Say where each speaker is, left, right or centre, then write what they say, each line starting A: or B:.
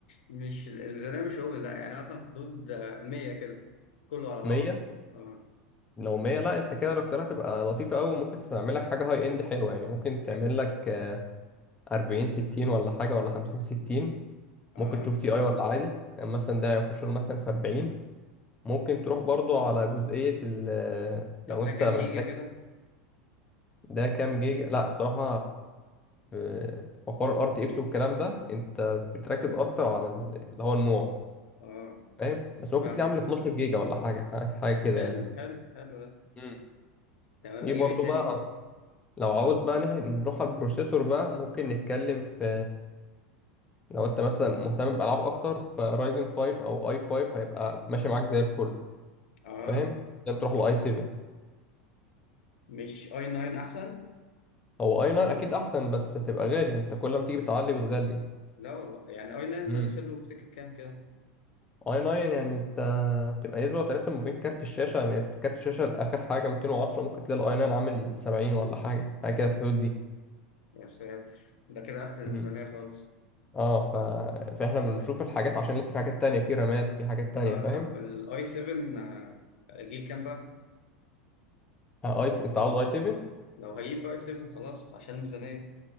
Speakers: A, on the left; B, on the left.
A: مش الميزانيه مش اوبن لا يعني مثلا في حدود آه، 100 كده كله على بعضه
B: 100
A: اه
B: لو 100 لا انت كده لو اخترتها تبقى لطيفه قوي ممكن تعمل لك حاجه هاي اند حلوه يعني ممكن تعمل لك 40 60 ولا حاجة ولا 50 60
A: اه
B: ممكن تشوف تي اي ولا عادي يعني مثلا ده يخش له مثلا في 40 ممكن تروح برضو على جزئية ال
A: طب
B: لو
A: ده
B: انت
A: كام
B: محتاج
A: جيجا كده
B: ده كام جيجا لا الصراحة في في حوار الار تي اكس والكلام ده انت بتركز اكتر على ال- اللي هو النوع
A: اه
B: فاهم بس ممكن
A: فاهمك
B: تلاقيه عامل 12 جيجا ولا حاجة حاجة حاجة كده
A: حلو
B: يعني
A: حلو حلو ده
B: مم.
A: تمام
B: في
A: اجيب
B: برضو
A: ايه تاني
B: بقى لو لو عاوز بقى نح- نروح على البروسيسور بقى ممكن نتكلم في لو انت مثلا مهتم بألعاب اكتر فرايزن 5 او اي 5 هيبقى ماشي معاك زي الفل
A: اه
B: فاهم لازم تروح لاي 7
A: مش اي 9 احسن
B: هو اي 9 اكيد احسن بس هتبقى غالي انت كل ما تيجي بتعلي بتغلي
A: لا والله يعني اي 9
B: امم
A: ده داخل له في سكه كام كده
B: اي 9 يعني انت بتبقى نسبة وتناسب ما بين كارت الشاشة يعني كارت الشاشة لآخر حاجة 210 ممكن تلاقي الاي 9 عامل 70 ولا حاجة حاجة كده في الحدود دي
A: يا ساتر ده كده قفل الميزانية
B: امم
A: خالص
B: اه ف... فاحنا بنشوف الحاجات عشان لسه في حاجات تانية في رامات في حاجات
A: اه
B: تانية فاهم
A: طب الاي 7 جيل كام بقى
B: آه، اي س- انت عاوز اي 7
A: لو هجيب اي 7 خلاص عشان الميزانية